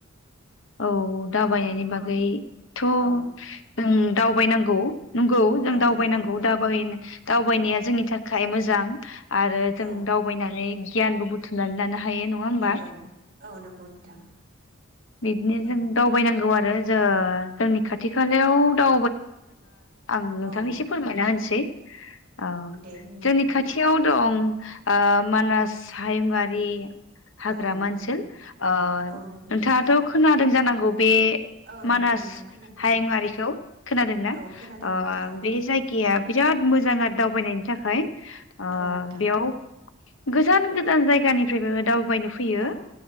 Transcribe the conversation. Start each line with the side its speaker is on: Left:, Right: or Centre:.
Left: औ दावबायनायनि बागैथ' जों
Right: औ
Left: दावबायनांगौ। नोंगौ जों
Right: औ
Left: दावबायनांगौ
Right: नंगौ
Left: दाबाय
Right: नंगौ
Left: -दावबायनाया जोंनि थाखाय <unintelligible> मोजां। आरो जों
Right: औ
Left: दावबायनानै गियानबो बुथुुमनानै लानो <unintelligible> होमबा
Right: नोंगौ औ नोंगौ नोंथां।
Left: बिदिनो
Right: औ
Left: जों दावबायना नांगौ आरो जो ओ जोंनि
Right: नंगौ
Left: खाथि खालायाव <unintelligible> आं नोंथांनो
Right: औ
Left: इसे फोरमायना होनोसै। औ
Right: दे बुंलाय
Left: जोंनि
Right: नोंथां
Left: खाथियाव दं। ओ मानास हायुंआरि हाग्रामा
Right: औ नंगौ
Left: ओनसोल ओ
Right: औ नंगौ
Left: नोंथाङाथ'
Right: नोंथां
Left: जादों जानांगौ। बे
Right: औ नंगौ
Left: मानास
Right: नोंथां खोनादों
Left: हायुंआरिखौ खोनादोंना
Right: औ खोनादों
Left: ओ
Right: नोंथां औ
Left: बे जायगाया बिराद मोजां आरो दावबायनायनि थाखाय। ओ
Right: औ नोंथां
Left: बेयाव गोजान गोजान जायगानिफ्रायबो दाव <unintelligible> फैयो
Right: औ